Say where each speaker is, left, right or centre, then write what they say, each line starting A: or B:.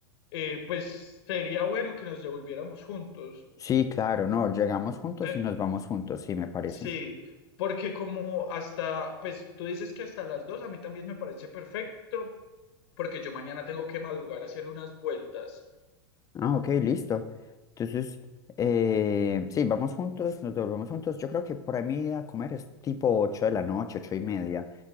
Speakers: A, on the left; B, on the left.
A: eh, pues sería bueno que nos devolviéramos juntos.
B: Sí, claro, no, llegamos juntos
A: Eh,
B: y nos vamos juntos, sí, me parece.
A: sí, porque como hasta, pues tú dices que hasta las dos, a mí también me parece perfecto, porque yo mañana tengo que madrugar a hacer unas vueltas.
B: Ah, ok, listo. Entonces, eh, sí, vamos juntos, nos devolvemos juntos. Yo creo que por ahí mi ida a comer es tipo 8 de la noche, 8 y media.